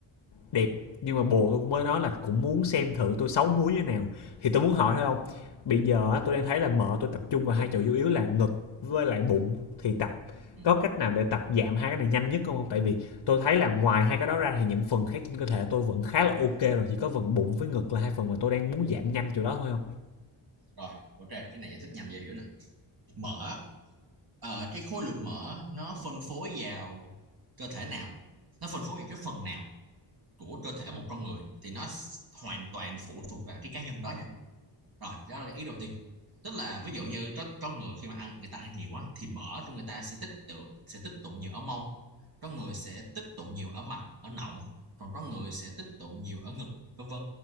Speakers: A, on the left; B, on the right.
A: đẹp nhưng mà bồ tôi cũng mới nói là cũng muốn xem thử tôi xấu múi như thế nào thì tôi muốn hỏi thôi không bây giờ tôi đang thấy là mỡ tôi tập trung vào hai chỗ chủ yếu là ngực với lại bụng thì tập
B: ừ.
A: có cách nào để tập giảm hai cái này nhanh nhất không không tại vì tôi thấy là ngoài hai cái đó ra thì những phần khác trên cơ thể tôi vẫn khá là ok rồi chỉ có phần bụng với ngực là hai phần mà tôi đang muốn giảm nhanh chỗ đó thôi không
B: rồi ok cái này giải thích nhanh dễ hiểu nè mỡ ờ, cái khối lượng mỡ nó phân phối vào cơ thể nào nó phân phối vào cái phần nào của cơ thể một con người thì nó hoàn toàn phụ thuộc vào cái cá nhân đó nha rồi đó là ý đầu tiên tức là ví dụ như có có người khi mà ăn người ta ăn nhiều quá thì mỡ trong người ta sẽ tích tụ sẽ tích tụ nhiều ở mông có người sẽ tích tụ nhiều ở mặt ở nọng còn có người sẽ tích tụ nhiều ở ngực vân vân